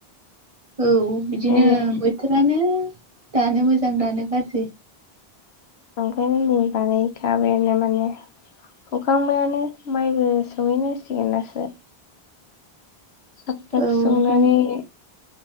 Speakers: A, on the right; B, on the left.
A: औ बिदिनो
B: नै
A: बोथोरानो दानो मोजां दानो गाज्रि।
B: ओंखायनो नै बानायखाबायानो माने। सखांबायानो माइबो सौहैनांसिगोन दासो । थाब थाब
A: औ
B: संनानानै
A: जों